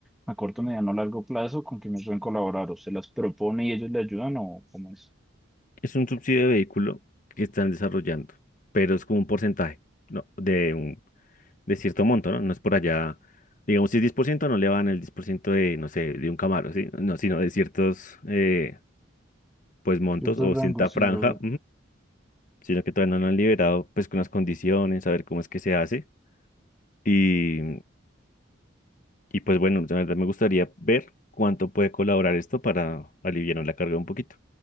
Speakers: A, in the centre; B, on the left.
A: a corto, mediano, largo plazo, ¿con quién me pueden colaborar? ¿O se las propone y ellos le ayudan o cómo es?
B: Es un subsidio de vehículo que están desarrollando, pero es como un porcentaje, ¿no? De un, de cierto monto, ¿no? No es por allá. Digamos, si es 10% no le van el 10% de, no sé, de un Camaro, ¿sí? No, sino de ciertos, eh, pues, montos
A: Ciertos
B: o
A: rangos,
B: cierta franja.
A: sí, obvio.
B: sino que todavía no lo han liberado, pues con las condiciones, a ver cómo es que se hace. Y, y pues bueno, la verdad me gustaría ver cuánto puede colaborar esto para aliviar la carga un poquito.